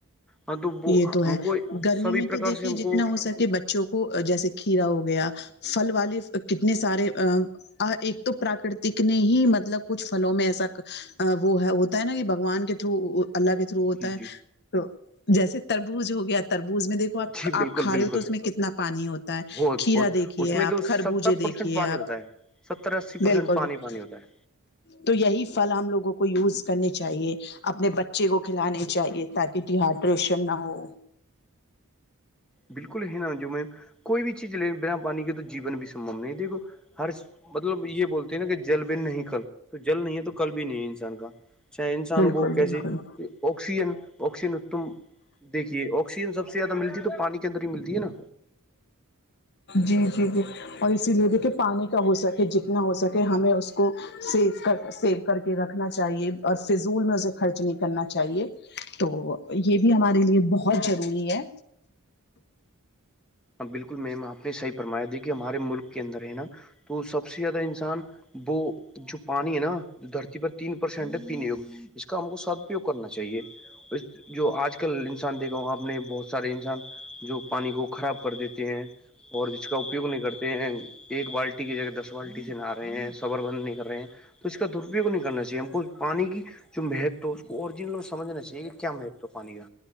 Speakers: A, in the centre; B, on the left.
A: ہاں تو وہ
B: یہ
A: ہم
B: تو ہے
A: کو
B: گرمی
A: سبھی
B: میں
A: پرکار
B: تو دیکھیے
A: سے ہم
B: جتنا
A: کو
B: ہو سکے بچ بچوں کو جیسے کھیرا ہو گیا پھل والے کتنے سارے ا ایک تو پراکرتک نے ہی مطلب کچھ فھلوں میں ایسا وہ ہے ہوتا ہے نا کہ بگوان کے تھرو اللہ کے تھرو
A: جی
B: ہوتا ہے
A: جی
B: تو جیسے تربوز ہو گیا تربوز میں دیکھو آپ
A: جی بالکل
B: آپ کھا
A: بالکل
B: رہے ہو تو اس میں کتنا پانی ہوتا ہے
A: بہت
B: کھیرا
A: بہت
B: دیکھیے
A: اس میں
B: آپ
A: تو
B: خربوجے
A: ستر پرسینٹ
B: دیکھیے
A: پانی
B: آپ
A: ہوتا ہے ستر اسی پرسینٹ
B: بالکل
A: پانی
B: بالکل
A: پانی ہوتا ہے
B: تو یہی فل ہم لوگوں کو یوز کرنے چاہیے اپنے بچے کو کھلانے چاہیے تاکہ ڈیہائیڈریشن نہ ہو
A: بالکل ہے نا جو میں کوئی بھی چیز لے بنا پانی کے تو جیون بھی سمبم نہیں دیکھو ہر مطلب یہ بولتی ہیں نا کہ جل بھی نہیں کل تو جل نہیں ہے تو کل بھی نہیں ہے انسان کا چاہے انسان
B: بالکل
A: بو کیاسی
B: بالکل
A: آکسیجن آکسیجن اتم دیکھیے آکسیجن سب سے زیادہ ملتی تو پانی جندری ملتی ہے نا
B: جی جی جی اور اسی لیے دیکھے پانی کا ہو سکتا کہ جتنا ہو سکے ہمیں اس کو سیف کر سیو کر کے رکھنا چاہیے اور فضول میں اسے خرچ نہیں کرنا چاہیے تو یہ بھی ہمارے لیے بہت ضروری ہے
A: ہاں بالکل میم آپ نے صحیح فرمایا دی کہ ہمارے ملک کے اندر ہے نا تو سب سے زیادہ انسان وہ جو پانی ہے نا دھرتی پر تین پرسینٹ پینے ہوگ اس کا ہم کو سدپیو کرنا چاہیے اس جو آج کل انسان دیکھا ہو آپ نے بہت سارے انسان جو پانی کو خراب کر دیتے ہیں اور جس کا اپیوگ نہیں کرتے ہیں ایک بالٹی کی جگہ دس بالٹی سے نہ رہے ہیں صبر بند نہیں کر رہے ہیں تو اس کا درپیوگ نہیں کرنا چاہیے ہم کو پانی کی جو مہتو ہے اس کو اوریجنل میں سمجنا چاہے کہ کیا مہتو ہے پانی کا